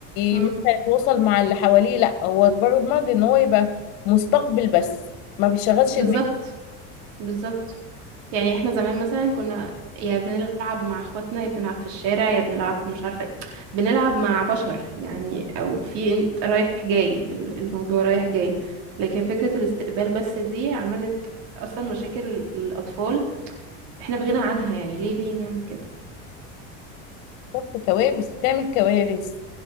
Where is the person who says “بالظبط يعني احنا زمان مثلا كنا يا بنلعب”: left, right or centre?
Right